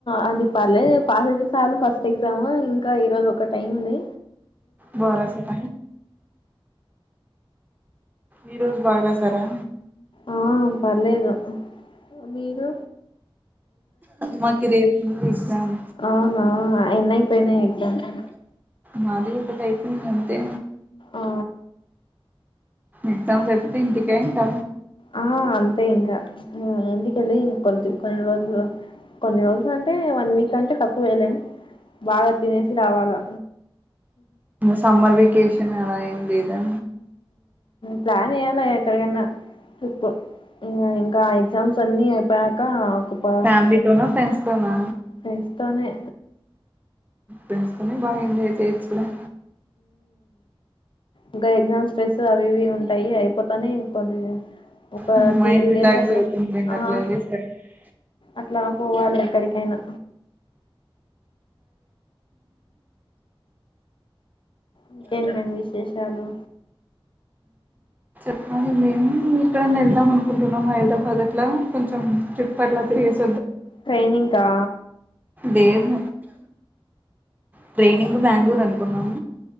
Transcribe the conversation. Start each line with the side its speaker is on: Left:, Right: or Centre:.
Left: అది పర్లేదులే పాస్ అయితే చాలు ఫస్ట్ ఎగ్జామ్ ఇంకా ఈరోజు ఒకటైంది
Right: బారసావ ఈ రోజు బాగా రాసారా
Left: ఆ పర్లేదు మీరు
Right: మాకి రేపు ఉంది ఎగ్జామ్
Left: అవునా ఎనైపునాయ్ ఎగ్జామ్సు
Right: మాది ఒకటైప్ మ్ అంతే
Left: ఆ
Right: ఎగ్జామ్స్ అయిపోతే ఇంటికే ఇంకా
Left: ఆ అంతే ఇంకా ఇంటికెళ్ళి ఇం కొద్ది కొన్ని రోజులు కొన్ని రోజులు అంటే వన్ వీక్ కంటే తక్కువేలే బాగా తినేసి రావాలా
Right: సమ్మర్ వెకేషన్ అలా ఏం లేదా
Left: ప్లాన్ ఎయ్యాల ఎక్కడికన్నా ట్రిప్ ఇంకా ఎగ్జామ్స్ అన్ని అయిపోయాక ఒక ప
Right: ఫ్యామిలీ తోనా ఫ్రెండ్స్ తోనా
Left: ఫ్రెండ్స్ తోనే
Right: ఫ్రెడ్స్ తోనే
Left: మ్
Right: బాగా ఎంజాయ్ చేయచ్చు ఇ
Left: ఇంకా ఎగ్జామ్ స్ట్రెస్ అవివి ఉంటాయి అయిపోతానే కొద్ది ఒక
Right: హ్మ్. mind
Left: Two three
Right: relax
Left: days అట్లా
Right: అవుతుంది లెండి
Left: ఆ
Right: అట్లా వెళ్ళేసి రండి
Left: అట్లా పోవాలి ఎక్కడికియినా ఇంకేదిమ్మయి విశేషాలు
Right: అద మేము ఇక్కడ వెళ్దాం అనుకుంటున్నాం హైదరాబాద్ అట్లా కొంచెం చుప్పర్లా తిరిగిేస్తాం
Left: ట్రెైనింగ్ కా
Right: దేవ్ ట్రైనింగ్ బెంగళూరు అనుకున్నాం